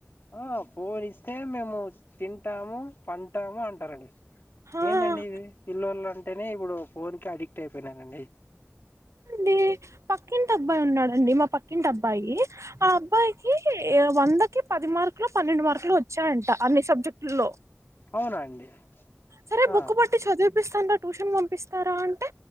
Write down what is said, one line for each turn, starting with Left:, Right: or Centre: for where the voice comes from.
Left: ఆ ఫోన్ ఇస్తే మేము తింటాము పంటాము అంటారండి
Right: ఆ
Left: ఏందండి ఇది పిల్లువల అంటేనే ఇప్పుడు ఫోన్ కి అడిగి ట్ అయిపోనండి
Right: డి పెయింట్ అబ్బాయి ఉన్నారు అండి మా పక్కింటి అబ్బాయి ఆ అబ్బాయికి వందకి పదిమార్ లో పన్నెండు మార్కులు వచ్చాయంట అన్ని సబ్జెక్టులో
Left: అవునా అండి
Right: సరే
Left: ఆ
Right: బుక్ బట్టి చదివు పంపిస్తారా ట్యూషన్ పంపిస్తారా అంటే